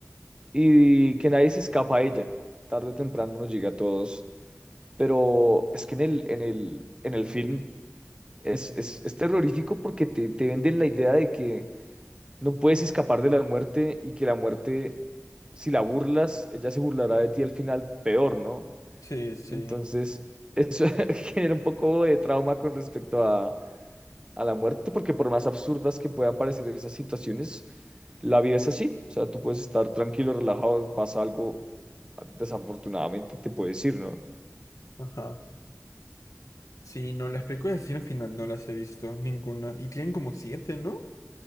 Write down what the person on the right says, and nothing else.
y que nadie se escapa a ella. Tarde o temprano nos llega a todos, pero es que en el, en el, en el film es, es, es terrorífico porque te, te venden la idea de que No puedes escapar de la muerte y que la muerte, si la burlas, ella se burlará de ti al final peor, ¿no?
Entonces, eso <laughs> genera un poco de trauma con respecto a, a la muerte, porque por más absurdas que puedan parecer esas situaciones, la vida es así. O sea, tú puedes estar tranquilo, relajado, pasa algo, desafortunadamente te puedes ir, ¿no?